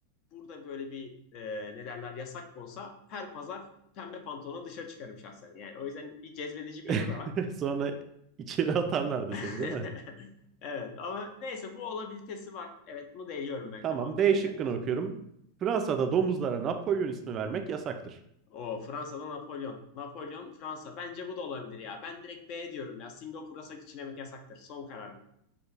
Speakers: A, on the left (about 40°); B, on the right (about 30°).
A: burada böyle bir e, ne derler yasak konsa her pazar pembe pantolonla dışarı çıkarım şahsen. Yani o yüzden bir cezbedici bir yanı
B: <laughs>
A: da var.
B: Sonra içeri atarlardı
A: <laughs>
B: seni değil mi?
A: Evet ama neyse bu olabilitesi var. Evet bunu da eliyorum ben
B: Tamam.
A: kafamdan
B: D
A: elden.
B: şıkkını okuyorum. Fransa'da domuzlara Napolyon ismi vermek yasaktır.
A: O Fransa'da Napolyon. Napolyon Fransa. Bence bu da olabilir ya. Ben direkt B diyorum ya. Singapur'a sakız çiğnemek yasaktır. Son karar.